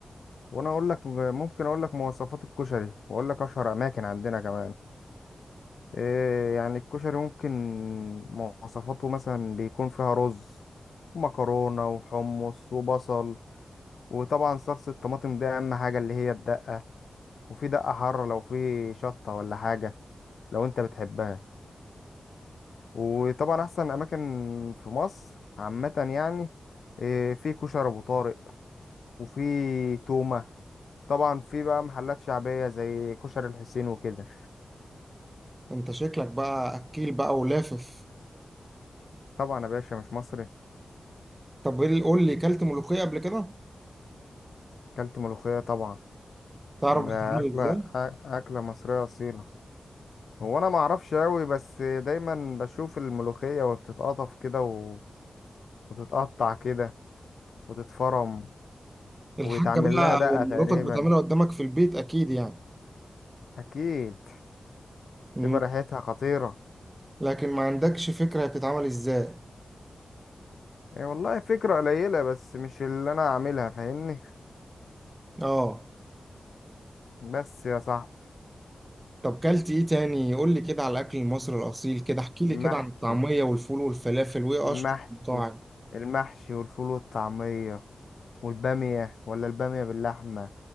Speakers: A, on the left; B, on the right.
A: وانا اقول لك ممكن اقول لك مواصفات الكشري واقول لك اشهر اماكن عندنا كمان إيه يعني الكشري ممكن مواصفاته مثلا بيكون فيها رز ومكرونه وحمص وبصل وطبعا صلصه الطماطم دي اهم حاجه اللي هي الدقه وفي دقه حاره لو في شطه ولا حاجه لو انت بتحبها وطبعا احسن اماكن في مصر عامه يعني إيه، في كشري ابو طارق وفي تومه طبعا في بقى محلات شعبيه زي كشري الحسين وكده
B: انت شكلك بقى اكيل بقى ولافف
A: طبعا يا باشا مش مصري
B: طب ايه اللي- قول لي كلت ملوخية قبل كده
A: اكلت ملوخيه طبعا
B: تعرف
A: ده
B: بتتعمل
A: اكله
B: ازاي
A: أ- اكله مصريه اصيله هو انا ما اعرفش قوي بس دايما بشوف الملوخيه وبتتقطف كده و- وتتقطع كده وتتفرم
B: الحاجة
A: ويتعمل
B: بقى
A: لها دقه
B: أو مراتك
A: تقريبا
B: بتعملها قدامك في البيت اكيد يعني
A: اكيد
B: مم.
A: تبقى ريحتها خطيره
B: لكن ما عندكش فكرة هي بتتعمل ازاي
A: هي والله فكرة قليلة بس مش اللي أنا عاملها فاهمني
B: اه
A: بس يا صاحبي
B: طب كلت ايه تاني قول لي كده على الاكل المصري الاصيل كده احكي
A: المحشي
B: لي كده عن الطعميه والفول والفلافل وايه
A: المحشي
B: اشهر المطاعم
A: المحشي والفول والطعمية والبامية ولا البامية باللحمة